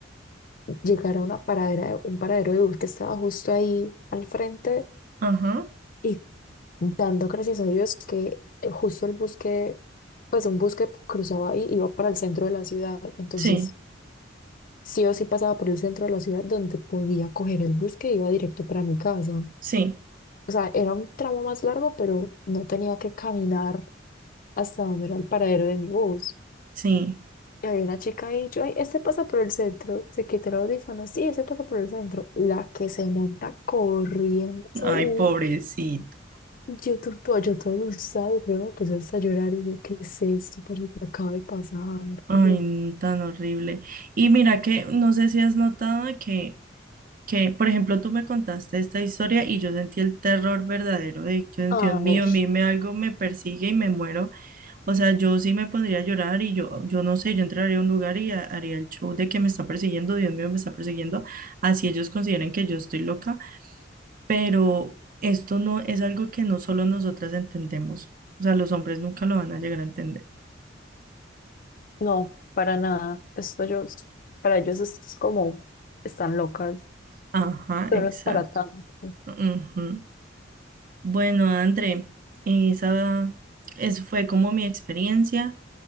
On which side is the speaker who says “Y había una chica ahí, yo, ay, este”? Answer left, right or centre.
Left